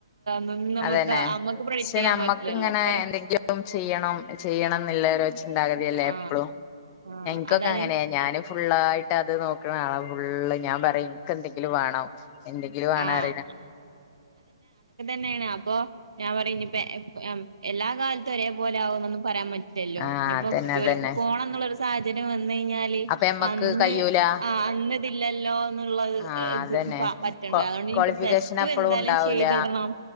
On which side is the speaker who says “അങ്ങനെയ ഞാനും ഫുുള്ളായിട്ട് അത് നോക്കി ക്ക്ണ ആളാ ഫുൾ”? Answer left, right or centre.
Left